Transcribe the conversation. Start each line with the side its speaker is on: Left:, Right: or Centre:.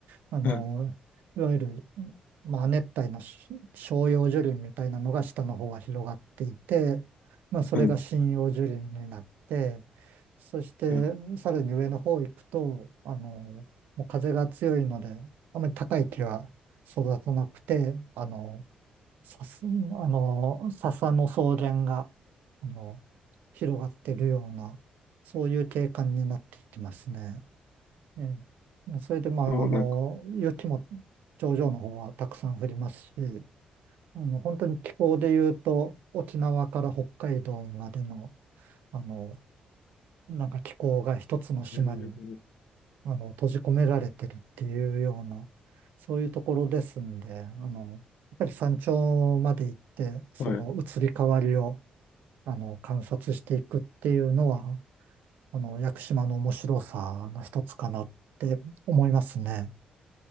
Right: あの、
Left: うん、
Right: いわゆる、まあ、熱帯のし照葉樹林みたいなのが下の方は広がっていて、まあ、それが針葉樹林になって、
Left: うん、
Right: そしてさらに上の方行くと、
Left: うん。
Right: あの、もう風が強いので、あまり高い木は育たなくて、あの、笹、あの、笹の草原が、あの、広がってるような、そういう景観になっていきますね。ええ、それで、まあ、
Left: そうなんか、
Right: あの、雪も頂上の方はたくさん降りますし、あの、本当に気候で言うと、沖縄から北海道までの、あの、なんか気候が一つの島に、
Left: えー、
Right: あの、閉じ込められてるっていうような、そういうところですんで、あの、やっぱり山頂まで行って、その移り変わりを、
Left: はい。
Right: あの、観察していくっていうのは、あの、屋久島の面白さの一つかなって思いますね。